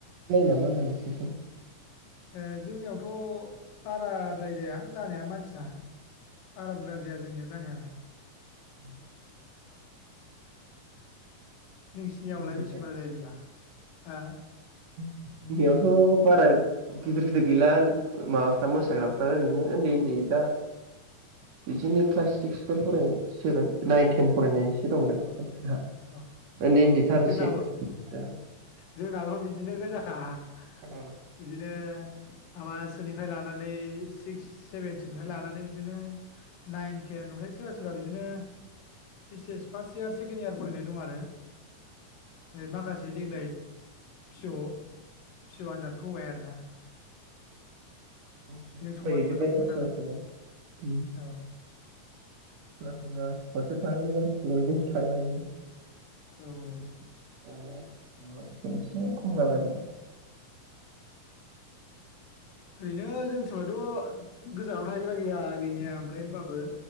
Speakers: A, on the right (about 60°); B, on the left (about 85°).
A: नामा होनदां नोंसोरनिथिं?
B: ओ जोंनियावथ' बाराद्राय जाया जानाया मानसिया। बारा बुरजा जाया जोंनियाव जानायालाय।
A: उ <inaudible>
B: नोंसिनियावलाय
A: बुंजोबबाय
B: बेसे बुरजा जायो बेबा हो?
A: जोंनियावथ' बारा गिदिर गिदिर गैला माबाफ्रा मोसाग्राफ्रा ओरैनो उन्दै उन्दै दा बिदिनो क्लास सिक्सफोर फरायनाय सेभेन नाइन टेन फरायनाय एसे दं दा <unintelligible>
B: ह
A: उन्दै उन्दैथार
B: जोंनाबो
A: एसे दा
B: जोंनाबो बिदिनो गोजा। हा हा
A: दस्रायाव
B: इदिनो माबा सोनिफ्राइ ला नानै सिक्स सेबेनसोनिफ्राय लानानै बिदिनो नायेन थेन ओमफाय सोरबा सोरबा बिदिनो ओइद एस फास्त इयार सेकेन इयार फरायनाय दं आरो। माखासे देग्लाय फिअ फिअ आनजादखौ होबाय आरो ना। <unintelligible>
A: दस्रायाव फराय
B: समानबो
A: हैजोबबायना
B: दंमोन नालाय
A: सोरबा सोरबा।
B: औ
A: <unintelligible>
B: औ औ।
A: <unintelligible> दा
B: ओरैनो जोंनि समावथ' गोजानाव थाहैग्रा गैया गैनाया ओमफ्राय होमबाबो